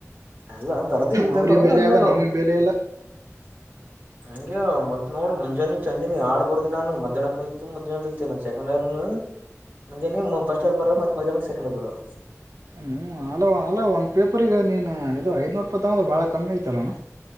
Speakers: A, on the right; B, on the right.
A: ಅಲ್ಲ ಬರ್ದೀವಿ
B: ಅವ್ರಿಗೆ
A: ಪೇಪರ್
B: ಬೆಲೆ
A: ಅಂದ್
B: ಅದ
A: <unintelligible>
B: ನಮಗ್ ಬೆಲೆ ಇಲ್ಲ
A: ಹಂಗೆ ಅವ್ ಮತ್ ನೋಡು ಮುಂಜಾನೆ ಚಂಜಾನಿ ಆಡ್ಬರ್ದ್ದಿ ನಾನು ಮಧ್ಯಾಹ್ನಕ್ಕನ ಇತ್ತು ಮಧ್ಯಾಹ್ನದಲ್ <unintelligible> ಸೆಕಂಡ್ ಇರ್ ನ ಮುಂಜೆನೀ ಮ ಫಸ್ಟ್ ಇಯರ್ ಬರಿ ಮತ್ತ್ ಮಧ್ಯಾನಕ್ ಸೆಂಕೆಂಡ್ ಇಯರ್ ಬರ.
B: ನೀನು ಅಲ ಅಲ್ಲ ಒಂದು ಪೇಪರ್ಗ ನೀನು ಇದು ಐನೂರು ರೂಪಾಯಿ ತಗೋದು ಭಾಳ ಕಮ್ಮಿ ಐತಲ್ಲಣ.